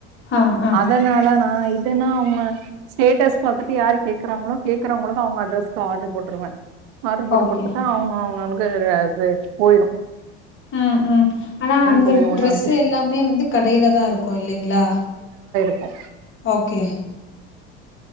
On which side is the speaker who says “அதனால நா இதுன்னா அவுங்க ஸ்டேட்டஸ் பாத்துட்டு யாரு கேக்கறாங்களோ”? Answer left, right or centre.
Right